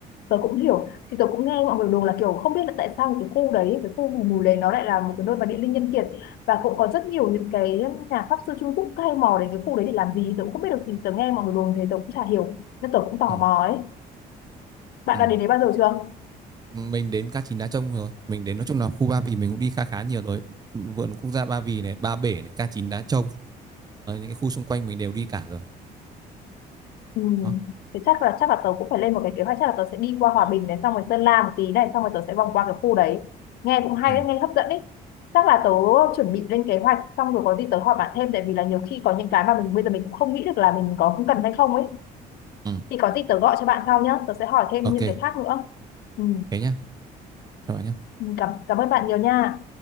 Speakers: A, on the left (about 70°); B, on the right (about 25°).
A: tớ cũng hiểu thì tớ cũng nghe mọi người đồn là kiểu không biết là tại sao cái khu đấy cái khu vùng núi đấy nó lại là một cái nơi mà địa linh nhân kiệt và cũng có rất nhiều những cái nhà pháp sư Trung Quốc hay mò đến cái khu đấy để làm gì tớ cũng không biết được thì tớ nghe mọi người đồn thế tớ cũng chả hiểu nên tớ cũng tò
B: Ừ.
A: mò ấy bạn
B: Ừ.
A: đã đến đấy bao giờ chưa
B: mình đến Ca Chín Đá Trông rồi mình đến nói chung là khu Ba Vì mình cũng đi khá khá nhiều rồi vườn quốc gia Ba Vì này Ba Bể này Ca Chín Đá Trông Ờ, những cái khu xung quanh mình đều đi cả rồi
A: ừ.
B: đó
A: thế chắc là chắc là tớ cũng phải lên một cái kế hoạch chắc là tớ sẽ đi qua Hòa Bình này xong rồi Sơn La một tí này xong rồi tớ sẽ vòng qua cái khu đấy nghe cũng hay
B: ừ,
A: đấy, nghe hấp dẫn đấy chắc là tớ chuẩn bị lên kế hoạch xong rồi có gì tớ hỏi bạn thêm tại vì là nhiều khi có những cái mà mình bây giờ mình cũng không nghĩ được là mình có cần hay không ấy
B: ừ.
A: thì có gì tớ gọi cho bạn sau nhé tớ sẽ hỏi thêm
B: ok
A: những cái khác nữa ừ.
B: thế nhá cho bạn nhá
A: Ừ, cảm cảm ơn bạn nhiều nha